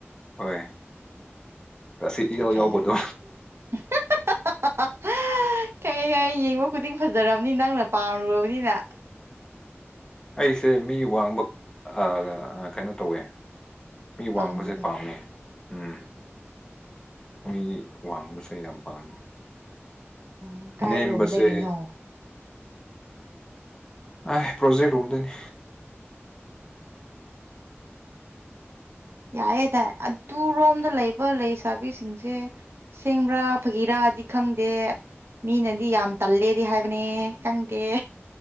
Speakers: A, on the left; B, on the right.
A: ꯍꯣꯏ ꯑꯁꯤ ꯏꯌꯥꯎ
B: ꯐꯩ
A: ꯌꯥꯎꯕꯗꯣ
B: ꯀꯩ <unintelligible> ꯌ‌ꯦꯡꯉꯨ ꯈꯨꯗꯤꯡ ꯐꯖꯔꯕꯅꯤ ꯅꯪꯅ ꯄꯥꯝꯔꯨꯔꯕꯅꯤꯅ
A: ꯑꯩꯁꯦ ꯃꯤ ꯋꯥꯡꯕ ꯑꯥ ꯀꯩꯅꯣ ꯇꯧꯋꯦ ꯃꯤ ꯋꯥꯡꯕꯁꯦ
B: ꯄꯥꯝꯕꯗꯣ
A: ꯄꯥꯝꯃ‌ꯦ ꯎꯝ ꯑꯩꯒꯤ ꯋꯥꯡꯕꯁꯦ ꯌꯥꯝ ꯄꯥꯝꯃꯦ
B: ꯎꯝ ꯀꯥꯏꯔꯣꯝꯗꯒꯤꯅꯣ
A: ꯅꯦꯝꯕꯁꯦ ꯑꯥꯏ ꯄ꯭ꯔꯣꯖꯦꯛ ꯔꯣꯝꯗꯣꯏꯅꯦ <inaudible>
B: ꯌꯥꯌꯦ ꯇꯥꯏ ꯑꯗꯨꯔꯣꯝꯗ ꯂꯩꯕ ꯂꯩꯁꯥꯕꯤꯁꯤꯡꯁꯦ ꯁꯦꯡꯕ꯭ꯔꯥ ꯐꯥꯒꯤꯔꯗꯤ ꯈꯪꯗꯦ ꯃꯤꯅꯗꯤ ꯌꯥꯝ ꯇꯜꯂꯦꯗꯤ ꯍꯥꯏꯕꯅꯦ ꯈꯪꯗꯦ